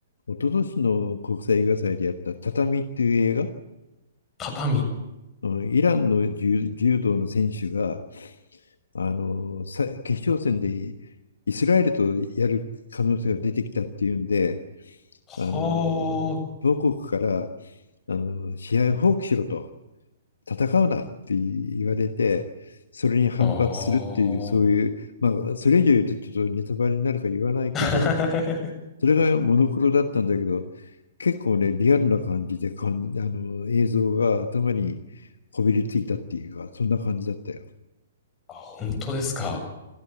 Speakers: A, on the left; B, on the left.
A: 一昨年の国際映画祭でやった「畳」っていう映画、
B: 畳。
A: うん、イランの柔、柔道の選手があのさ決勝戦でイスラエルとやる可能性が出てきたっていうんで、
B: は
A: あの母国からあの試合を放棄しろと戦うなって言われてそれに反発するっていうそういうまあそれ以上言うとちょっとネタバレになるから言わないけど
B: ああー <laughs>
A: それがモノクロだったんだけど結構ねリアルな感じで感じあの映像が頭にこびりついたっていうかそんな感じだったよ。
B: あ。本当ですか。